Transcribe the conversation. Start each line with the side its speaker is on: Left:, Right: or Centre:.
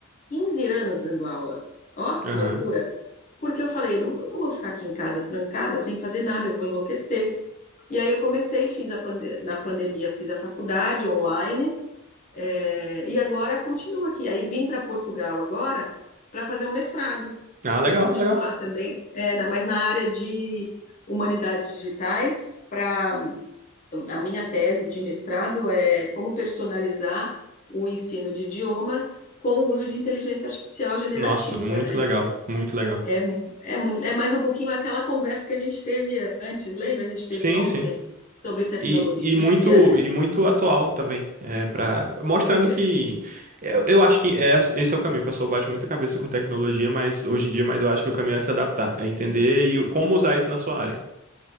Left: 15 anos dando aula. Ó, que
Right: Aham.
Left: loucura! Porque eu falei, não, eu não vou ficar aqui em casa trancada, sem fazer nada, eu vou enlouquecer. E aí eu comecei, fiz a pande- na pandemia, fiz a faculdade online, é, e agora continua aqui. Aí vim para Portugal agora para fazer um mestrado
Right: Ah, legal,
Left: e continuar
Right: legal.
Left: também, é, na- mas na área de humanidades digitais, para a minha tese de mestrado é como personalizar o ensino de idiomas com o uso de inteligência artificial generativa,
Right: Nossa, muito
Left: né?
Right: legal, muito legal.
Left: É, é muito, é mais um pouquinho aquela conversa que a gente teve antes, lembra? A gente teve
Right: Sim,
Left: ontem
Right: sim.
Left: sobre tecnologia,
Right: E, e muito
Left: né?
Right: e muito atual também, é para mostrando
Left: Super.
Right: que eu, eu acho que essa- esse é o caminho. O pessoal bate muita cabeça com tecnologia, mas hoje em dia, mas eu acho que o caminho é se adaptar, é entender e o- como usar isso na sua área.